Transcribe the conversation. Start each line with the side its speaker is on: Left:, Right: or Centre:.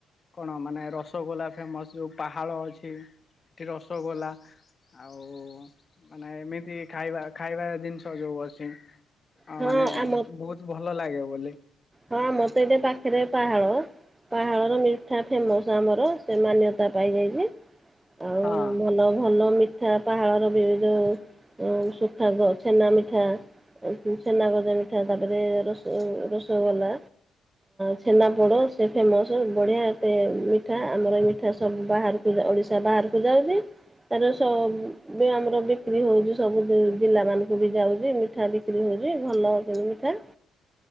Left: କଣ ମାନେ ରସଗୋଲା ଫେମସ୍ ଯେଉଁ ପାହାଳ ଅଛି ସେଠି ରସଗୋଲା ଆଉ ମାନେ ଏମିତି ଖାଇବା ଖାଇବା ଜିନି ଷ ଯୋଉ ଅଛି। ଆ
Right: ହଁ
Left: ମାନେ
Right: ଆମ
Left: ବୋହୁତ ଭଲ ଲାଗେ ବୋଲି
Right: ହଁ ମୋତେ ଏଠ ପାଖରେ ପାହାଳ ପାହାଳର ମିଠା ଫେମସ୍ ଆମର ସେ ମାନ୍ୟତା ପାଇଯାଇଛି ଆଉ
Left: ହଁ
Right: ଭଲ ଭଲ ମି ମିଠା ପାହାଳର ବି ଯେଉଁ ସୁଖା ଛେନା ମିଠା ଛେନା ଗଜା ମିଠା ତାପରେ ର ର ରଗଲା ଛେନାପୋଡ଼ ସେ ଫେମସ୍ ବଢ଼ିଆ ଏତେ ମିଠା ଆମର ଏ ମିଠା ସବୁ ବାହାରକୁ ଓଡ଼ିଶା ବାହାରକୁ ଯାଉଛି ତାାର ସବ ବି ଆମର ବିକ୍ରି ହେଉଛି ସବୁ ଜିଲ୍ଲାମାନଙ୍କୁ ବି ଯାଉଛି ମିଠା ବିକ୍ରି ହେଉଛି ଭଲ ଅ ମିଠା